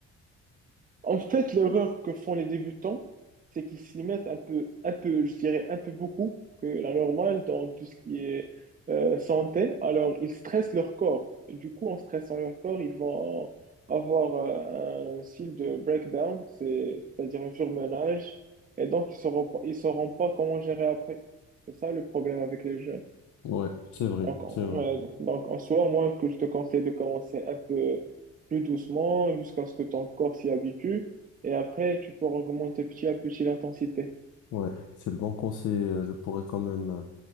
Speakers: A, on the right (about 30°); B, on the left (about 75°).
A: En fait, l'erreur que font les débutants, c'est qu'ils s'y mettent un peu, un peu, je dirais un peu beaucoup que la normale dans tout ce qui est euh, santé. Alors, ils stressent leur corps. Du coup, en stressant leur corps, ils vont avoir euh, un style de breakdown, c'est- c'est-à-dire un surmenage. Et donc, ils ne sauront, pas- ils sauront pas comment gérer après. C'est ça le problème avec les jeunes.
B: Ouais, c'est vrai,
A: Donc, en-
B: c'est vrai.
A: ouais, donc, en soi, moi, que je te conseille de commencer un peu plus doucement jusqu'à ce que ton corps s'y habitue. Et après, tu pourras augmenter petit à petit l'intensité.
B: Ouais, c'est le bon conseil. euh, Je pourrais quand même euh,